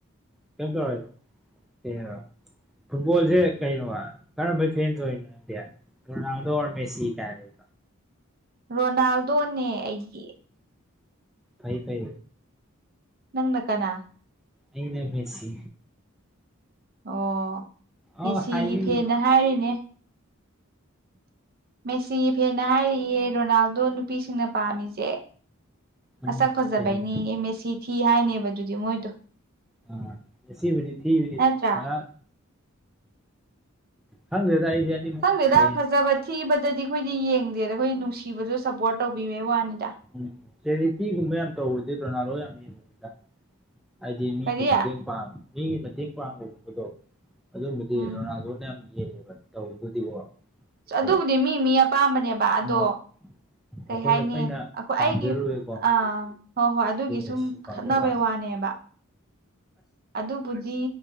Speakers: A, in the centre; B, on the right.
A: ꯀꯌꯦꯝ ꯇꯧꯔꯣꯏꯗ unintelligible ꯐꯨꯠꯕꯣꯜꯁꯦ ꯀꯩꯅꯣ ꯀꯔꯝꯕꯩ ꯐꯦꯟꯁꯨ ꯑꯣꯏꯔꯤꯅꯣ ꯅꯪꯗꯤ ꯗꯧꯔꯃꯦ ꯁꯤꯇꯥꯔꯦ
B: ꯔꯣꯅꯥꯜꯗꯣꯅꯦ ꯑꯩꯒꯤ
A: ꯐꯥꯏ ꯐꯥꯏ
B: ꯅꯪꯅ ꯀꯅꯥ
A: ꯑꯩꯗ ꯄꯁꯤ
B: ꯑꯣ
A: ꯑ
B: ꯃꯦꯁꯤꯒꯤ
A: ꯍꯥꯏꯅꯤꯡ
B: ꯐꯦꯅ ꯍꯥꯏꯔꯤꯅꯦ ꯃꯦꯁꯤ ꯐꯦꯟꯅ ꯍꯥꯏꯔꯤꯌꯦ ꯔꯣꯅꯥꯜꯗꯣ ꯅꯨꯄꯤꯁꯤꯡꯅ ꯄꯥꯝꯃꯤꯁꯦ
A: ꯎꯝ
B: ꯃꯁꯛ ꯐꯖꯕꯩꯅꯤ
A: ꯀꯩ
B: ꯌꯦ ꯃ ꯁꯤ ꯊꯤ ꯍꯥꯏꯅꯦꯕ ꯑꯗꯨꯗꯤ ꯃꯣꯏꯗꯣ
A: ꯑꯥ ꯉꯁꯤꯕꯨꯗꯤ ꯊꯤꯕꯅꯤ
B: ꯅꯠꯇ꯭ꯔꯥ
A: ꯉꯥꯛ ꯈꯪꯗ꯭ꯔꯦꯗ ꯑꯩꯗꯤ ꯑꯅꯤꯃꯛ
B: ꯈꯪꯗꯦꯗ
A: ꯐꯩ
B: ꯐꯖꯕ ꯊꯤꯕꯗꯗꯤ ꯑꯩꯈꯣꯏꯗꯤ ꯌꯦꯡꯗꯦꯗ ꯑꯩꯈꯣꯏ ꯅꯨꯡꯁꯤꯕꯗ ꯁꯞꯄꯣꯔꯠ ꯇꯧꯕꯤꯕꯦ ꯋꯥꯅꯤꯗ
A: ꯎꯝ ꯆꯦꯔꯤꯇꯤꯒꯨꯝꯕ ꯌꯥꯝ ꯇꯧꯕꯗꯤ ꯔꯣꯅꯥꯜꯗꯣ ꯌꯥꯝ ꯌꯦꯡꯕꯅꯤꯅ ꯍꯥꯏꯗꯤ ꯃꯤꯒꯤ
B: ꯀꯔꯤ
A: ꯃꯇꯦꯡ ꯄ ꯃꯤꯒꯤ ꯃꯇꯦꯡ ꯄꯥꯡꯕꯒꯨꯝꯕꯗꯣ ꯑꯗꯨꯝꯕꯗꯤ
B: ꯎꯝ
A: ꯔꯣꯅꯥꯜꯗꯣꯅ ꯌꯥꯝ ꯌꯦꯡꯉꯦꯕ ꯇꯧꯕꯗꯨꯗꯤꯀꯣ ꯑꯗꯣ
B: ꯑꯗꯨꯕꯨꯗꯤ ꯃꯤ ꯃꯤ ꯑꯄꯥꯝꯕꯅꯦꯕ ꯑꯗꯣ
A: ꯎꯝ
B: ꯀꯩ
A: ꯑꯩꯈꯣꯏꯅ
B: ꯍꯥꯏꯅꯤ
A: ꯑꯩꯅ
B: ꯣ ꯑꯩꯒꯤ
A: ꯄꯥꯝꯖꯔꯨꯔꯦꯀꯣ
B: ꯑ ꯍꯣꯏ ꯍꯣꯏ ꯑꯗꯨꯒꯤ
A: ꯑꯗꯨꯝ ꯃꯦꯁꯤ
B: ꯁꯨꯝ
A: ꯄꯥꯝꯖꯕ
B: ꯈꯠꯅꯕꯩ
A: ꯋꯥꯅꯤ
B: ꯋꯥꯅꯦꯕ ꯑꯗꯨꯕꯨꯗꯤ